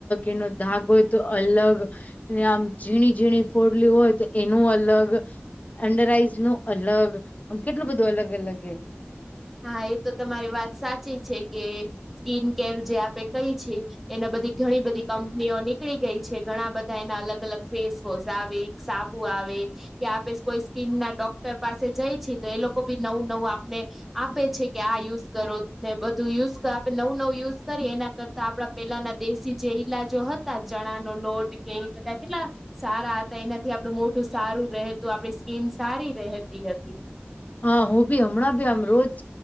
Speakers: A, on the left (about 40°); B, in the centre.
A: એનો દાગ હોય તો અલગ- - અને આમ ઝીણી ઝીણી ફોડલી હોય તો એનું અલગ- - અંડર આઈઝ નું અલગ આમ કેટલું બધું અલગ અલગ હ
B: હા એ તો તમારી વાત સાચી છે કે સ્કીિન કેર જે આપે કઈ છીએ એના બધી ઘણી બધી કંપનીઓ નીકળી ગઈ છે ઘણા બધા એના અલગ અલગ ફેસ વોશ આવી- - સાબુ આવે કે આપે કોઈ સ્કીિન ના ડોક્ટર પાસે જાય છી તો એ લોકો બી નવું-નવું આપને- - આપે છે કે આ યુઝ કરો ને બધું યુઝ આપણે નવું નવું યુઝ કરીએ એના કરતા આપડા પેલાના દેશી જે ઈલાજો હતો તા ચણા નો લોટ કે એ બધા કેટલા સારા હતા એનાથી આપડું મોટું સારું રહેતું આપડી સ્કીિન સારી રતી હતી
A: હા હું ભી હમણાં બી આમ રોજ